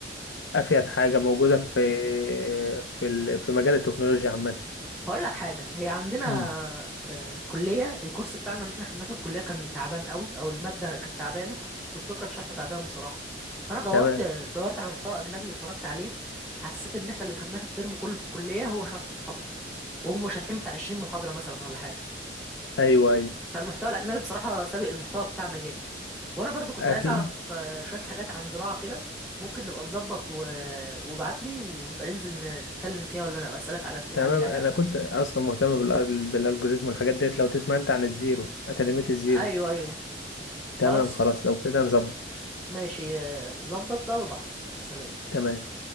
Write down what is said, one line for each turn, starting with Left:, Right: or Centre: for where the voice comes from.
Left: افيد حاجة موجودة في في ال- في مجال التكنولوجيا عامة
Centre: هقول لك حاجة هي عندنا
Left: امم
Centre: في الكلية الكورس بتاعنا اللي احنا خدناه في الكلية كان تعبان قوي او المادة كانت تعبانة الدكتور كان شرحه تعبان بصراحة فانا دورت
Left: تمام
Centre: دورت على محتوى اجنبي واتفرجت عليه حسيت ان احنا اللي خدناه في الترم كله في الكلية هو شرحه في محاضرة وهم شارحين بتاع 20 محاضرة مثلا ولا حاجة
Left: ايوه ايوه
Centre: فالمحتوى الاجنبي بصراحة سابق المحتوى بتاعنا جامد وانا برضو كنت
Left: اكيد
Centre: عايز اعرف آه، شوية حاجات عن زراعة كده ممكن نبقى نظبط و... وابعت لي ونبقى ننزل ن- نتكلم فيها ولا انا اسالك على في...
Left: تمام
Centre: عليها
Left: انا
Centre: يعني
Left: كنت اصلا مهتم بالأل- بالالجوريزم والحاجات ديت لو تسمع انت عن الزيرو اكاديمية الزيرو
Centre: ايوه ايوه خلاص
Left: تمام خلاص لو كده نظبط
Centre: ماشي آه، ظبط بقى وابعتلي سلام
Left: تمام